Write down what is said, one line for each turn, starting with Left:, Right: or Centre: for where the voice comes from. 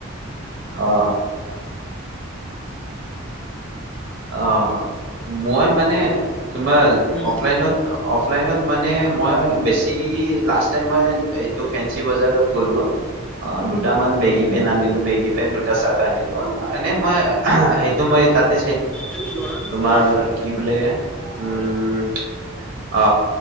Right: অ
Centre: <unintelligible> <unintelligible>
Right: অ মই মানে তোমাৰ
Centre: উম,
Right: অফলাইনত অফলাইনত মানে মই বেছি লাষ্ট টাইম মই এইটো ফেঞ্চি বজাৰত গ'লো অ দুটামান বেগী পেন আনিলো বেগী পেন দুটা চাৰ্ট নিলো এনে মই এইটো মই তাতে
Centre: এইটো ল'ৰা নে
Right: তোমাৰ
Centre: ছোৱালী
Right: কি বোলে
Centre: চবৰে?
Right: উম অ